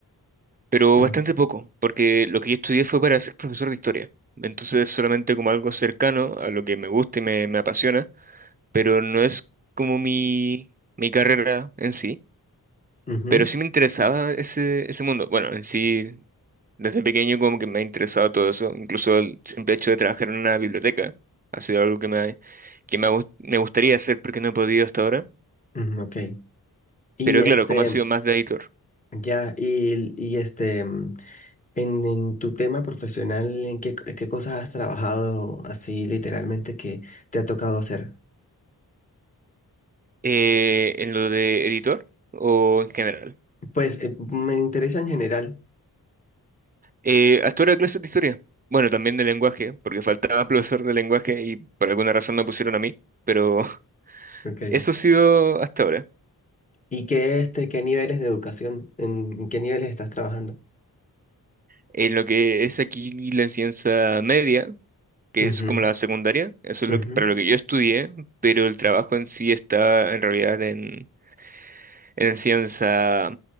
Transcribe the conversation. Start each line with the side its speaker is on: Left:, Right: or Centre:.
Right: pero
Left: Mm,
Right: bastante poco, porque lo que yo estudié fue para ser profesor de historia. Entonces, solamente como algo cercano a lo que me gusta y me me apasiona. pero no es como mi, mi carrera en sí,
Left: ujú,
Right: pero sí me interesaba ese, ese mundo. Bueno, en sí, desde pequeño como que me ha interesado todo eso, incluso el simple hecho de trabajar en una biblioteca ha sido algo que me, que me, ha gust- me gustaría hacer porque no he podido hasta ahora,
Left: ujú, ok. Y
Right: pero
Left: este,
Right: claro, como ha sido más de editor,
Left: ya, y, y este. En, en tu tema profesional, ¿en qué, qué cosas has trabajado así literalmente que te ha tocado hacer?
Right: Eh, en lo de editor o en general.
Left: Pues eh, me interesa en general.
Right: Eh, hasta ahora clases de historia. Bueno, también de lenguaje, porque faltaba <laughs> profesor de lenguaje y por alguna razón me pusieron a mí, pero <laughs>
Left: Ok.
Right: eso ha sido hasta ahora.
Left: ¿Y qué, este, qué niveles de educación, en qué niveles estás trabajando?
Right: En lo que es aquí la ciencia media, que
Left: Ujú,
Right: es como la secundaria, eso es
Left: ujú,
Right: lo que- para lo que yo estudié, pero el trabajo en sí está en realidad en, en ciencia